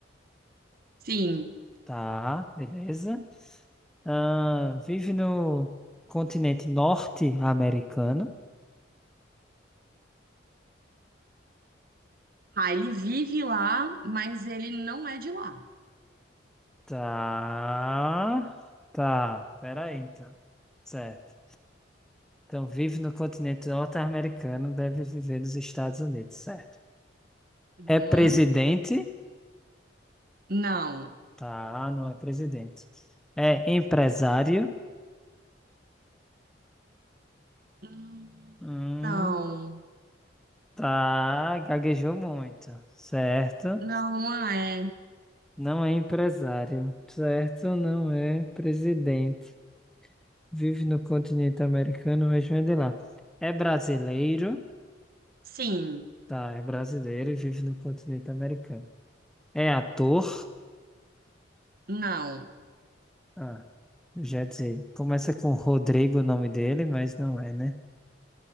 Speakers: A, on the right; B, in the centre.
A: sim.
B: tá, beleza. Ah, vive no continente norte-americano,
A: Ah, ele vive lá, mas ele não é de lá.
B: tá, tá, peraí então, certo. Então, vive no continente norte-americano, deve viver nos Estados Unidos, certo.
A: Uhum.
B: É presidente,
A: Não.
B: tá, não é presidente. É empresário,
A: Hum,
B: hum,
A: Não.
B: tá, gaguejou muito, certo.
A: Não, não é.
B: Não é empresário, certo? Não é presidente. Vive no continente americano, mas não é de lá. É brasileiro,
A: Sim.
B: tá? É brasileiro e vive no continente americano. É ator,
A: Não.
B: ah, eu já ia dizer. Começa com Rodrigo o nome dele, mas não é, né?